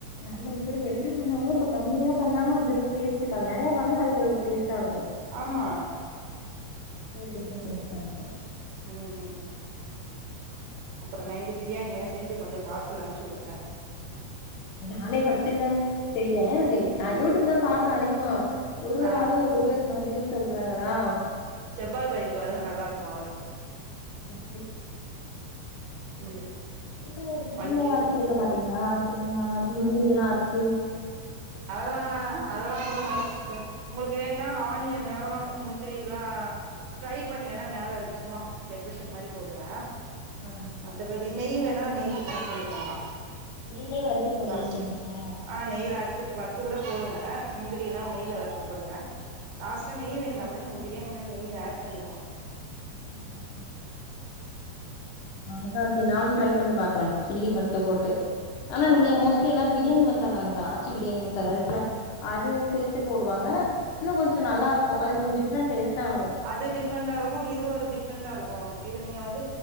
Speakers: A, on the left; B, on the right.
A: நம்ம இப்டி எப்டி பண்ணாலு இப்ப கம்மியா பண்ணாலு அந்தளவு டேஸ்ட் இருக்காது நெறைய பண்ணா அது டேஸ்டா இருக்கும்
B: ஆமா
A: டிக்கும் டேஸ்டாருக்கும்
B: ம் ம் ம் அப்புறோ நைட்டு பிரியாணியா செஞ்சு கொஞ்சோ பார்சல் அனுப்பிவுடுங்க
A: நானே ஃபர்ஸ்ட் டைமா செய்றே சரி நா யூடியூப் தா பாப்பே அதிகமா ஒருவொரு
B: ஆ
A: ஆளு ஒருவொரு மாதிரி சொல்றாங்களா
B: செவ்வா <unintelligible> நல்லா இருக்கு ஹவுஸு
A: <unintelligible>
B: ம்
A: இல்ல இத தேங்கால
B: ஒன் கே
A: அரச்சி சேக்க மாட்டீங்களா தேங்கா முந்திரி எல்லா அரச்சி
B: அதல்லா அதல்லா போட மாட்ட சிஸ்டர் உங்களுக்கு வேணுனா ஆனியனோ முந்திரி எல்லா ஃப்ரை பண்ணி வேணா மேல வெச்சும்மா டெக்ரேஷன் மாரி போடுங்க
A: ஆ
B: மத்தபடி நெய் வேணா நெய் ஆட் பண்ணிக்கோங்க
A: நெய்லியே வறுத்து போடலான்
B: லாஸ்ட்
A: சொல்றீங்ளா
B: ஆ நெய்ல அருத்து வருத்து கூட போடுங்க முந்திரி எல்லா நெய்ல வருத்து போடுங்க லாஸ்டா நெய் வேன்னாகூட அதா நீங்க பிரியாணில நெய் ஆட் பண்ணிகோங்க
A: ம் அவ்ளதா சரி நானு ட்ரை பண்ணி பாக்குறே சில்லி மட்டு போட்டு ஆனா நீங்க
B: ஓகே
A: மோஸ்ட்லி எல்லாரு பிரியாணி மசாலா அந்த ஆச்சி பிரியாணி மசாலா இருக்குல அது சேர்த்து போடுவாங்க இன்னு கொஞ்சோ நல்லா இருக்கு அது கொஞ்சோ டிஃப்ரெண்ட் டேஸ்ட்டா இருக்கு
B: அது டிஃப்ரெண்டா இருக்கு இது ஒரு டிஃப்ரெண்டா இருக்கு இது நீங்க வந்து